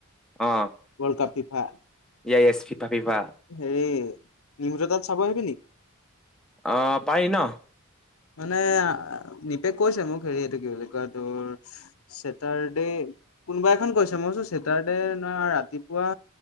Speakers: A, in the centre; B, on the left (about 75°).
A: অ।
B: World cup FIFA.
A: ই য়েছ এছ ফিফা ফিফা।
B: হেৰি নিউজ তাত চাব আহিবি নেকি?
A: অ পায়ি ন।
B: মানে নিপে কৈছে মোক হেৰি এইটো কি বুলি কয় তোৰ। ছেটাৰ্ডে কোনোবা এখন কৈছে মইচো ছেটাৰডে নহয় ৰাতিপুৱা।